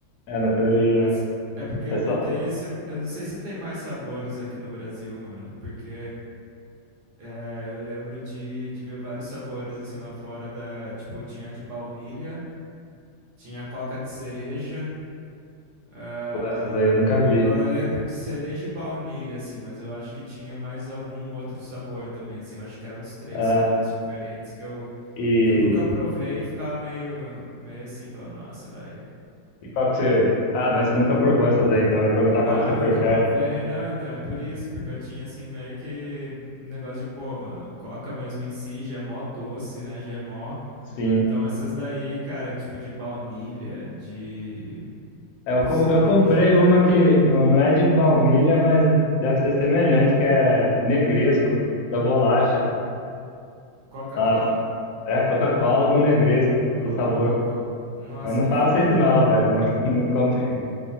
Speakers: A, on the left; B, on the right.
A: é, na teoria.
B: Mas é porque
A: Essa,
B: eu tenho esse. Eu não sei se tem mais sabores aqui no Brasil, mano. Porque é, eu lembro de, de ver vários sabores assim lá fora da. Tipo, tinha de baunilha, tinha coca de cereja. ah,
A: pô, essas aí eu nunca vi.
B: eu lembro de cereja e baunilha, assim, mas eu acho que tinha mais algum outro sabor também, assim. Eu acho que eram uns três
A: É,
B: sabores diferentes que eu,
A: e,
B: que eu nunca provei e ficava meio, meio assim, falando, nossa, velho.
A: e qual que você. Ah, mas você nunca provou essas aí, então eu ia perguntar
B: Não,
A: qual que você prefere.
B: nunca provei, não, então é por isso, porque eu tinha assim meio que um negócio de, pô, mano, coca mesmo em si já é mó doce, né, já é mó.
A: Sim.
B: Então essas daí, cara, tipo de baunilha, de
A: É, Eu, com-
B: cereja,
A: eu comprei uma que não, não é de baunilha, mas deve ser semelhante, que é negresco, da bolacha.
B: Coca-Cola?
A: Nossa, é Coca-Cola com negresco,
B: Ô,
A: o sabor.
B: louco. Nossa,
A: Mas não
B: que
A: faça
B: fita.
A: isso não, velho. Não, <laughs> não comprei.